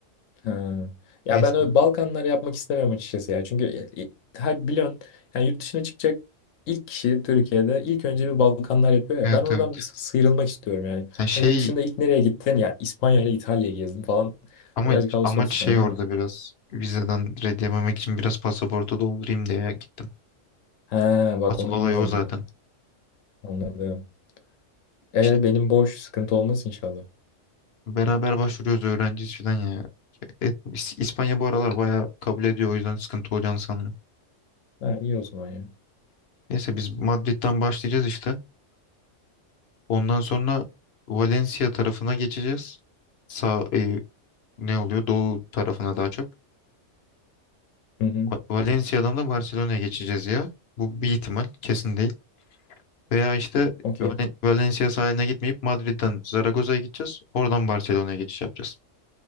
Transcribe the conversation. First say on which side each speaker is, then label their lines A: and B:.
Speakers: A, on the left; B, on the left.
A: Ha. Ya
B: Neyse.
A: ben öyle Balkanlar yapmak istemem açıkçası ya. Çünkü e, e, her biliyorsun yani yurt dışına çıkacak ilk kişi Türkiye'de ilk önce bir Balkanlar yapıyor ya.
B: Evet
A: Ben oradan
B: evet.
A: bir sıyrılmak istiyorum yani.
B: Ya şey
A: Hani yurt dışında ilk nereye gittin? Ya İspanya ile İtalya'yı gezdim falan.
B: Ama
A: Birazcık havası
B: amaç
A: olsun
B: şey
A: anladın
B: orada
A: mı?
B: biraz vizeden red yememek için biraz pasaportu doldurayım diye gittim.
A: He bak
B: Asıl
A: onu
B: olay
A: bilmiyordum
B: o zaten.
A: ben. Anladım. E
B: İşte
A: benim boş sıkıntı olmaz inşallah.
B: beraber başvuruyoruz öğrenciyiz falan ya. Et, İs- İspanya bu aralar bayağı kabul ediyor o yüzden sıkıntı olacağını sanmıyorum.
A: Ha, iyi o zaman ya.
B: Neyse biz Madrid'den başlayacağız işte. Ondan sonra Valencia tarafına geçeceğiz. Sağ e, ne oluyor? Doğu tarafına daha çok.
A: Hı hı.
B: Va- Valencia'dan da Barcelona'ya geçeceğiz ya. Bu bir ihtimal kesin değil. Veya işte
A: Okey.
B: Val- Valencia sahiline gitmeyip Madrid'den Zaragoza'ya gideceğiz. Oradan Barcelona'ya geçiş yapacağız.